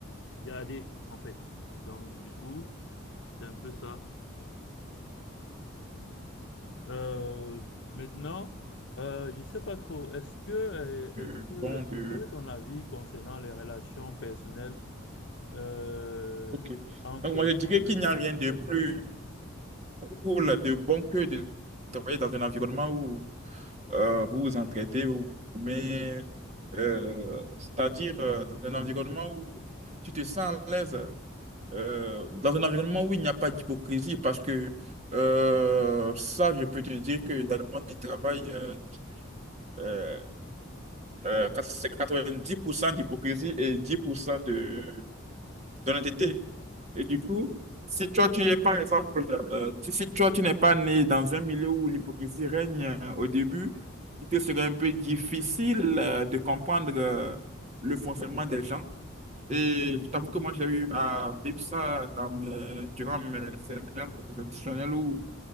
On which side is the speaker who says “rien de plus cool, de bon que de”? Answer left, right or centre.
Right